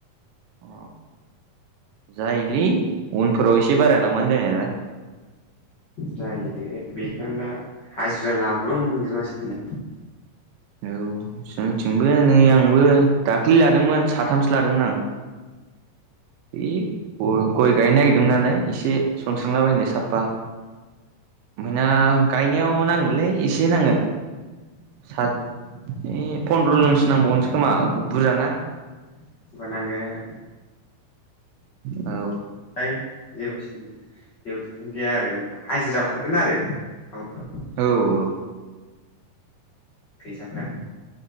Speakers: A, on the right; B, on the left.
A: अ जायोलै उनफोराव एसे बारायलांबानो जानायालाय।
B: जायोलै बेखौनो दा हाजिरा लाग्लुं जोबनांसिगोनलाय।
A: औ जोंथिंबो नै आंबो दाख्लै लादोंमोन साथामसो लादोंमोन आं। है गय गय गायनो नागिरदोंमोन नालाय एसे सनस्रांलाबायनो साफ्फा <unintelligible> गायनायाव नांगोनलै एसे नांगोन। साथ ओइ पनद्र'जनसो नांबावगोनसो खोमा बुरजाना
B: <unintelligible> नांगोन।
A: औ
B: होइ जेबो <unintelligible> जेबो टेनसन गैया आरो हाजिरायाव खारगोन आरो टाउनफोराव।
A: औ औ
B: फैसाफ्रा